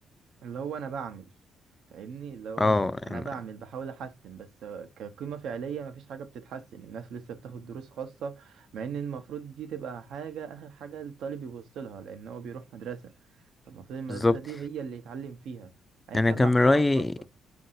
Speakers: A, on the right; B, on the left.
A: اللي هو انا بعمل فاهمني اللي هو
B: اه
A: انا
B: يعني
A: أنا بعمل بحاول احسن بس آه، كقيمة فعلية مفيش حاجة بتتحسن الناس لسه بتاخد دروس خاصة مع ان المفروض دي تبقى حاجة اخر حاجة الطالب يبص لها لان هو بيروح مدرسة فالمفروض المدرسة
B: بالظبط
A: دي هي اللي يتعلم فيها ايا
B: انا
A: كان
B: كان
A: بقى
B: من
A: حكومة
B: رايي
A: او خاصة